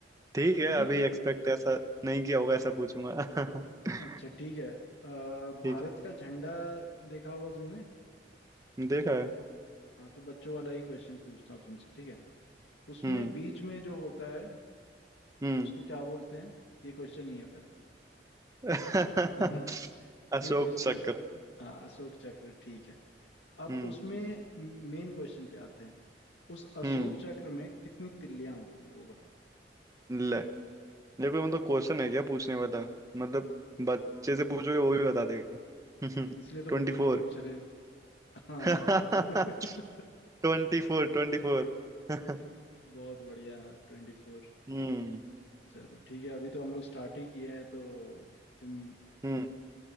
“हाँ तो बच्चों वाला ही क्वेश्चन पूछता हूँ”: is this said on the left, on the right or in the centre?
Left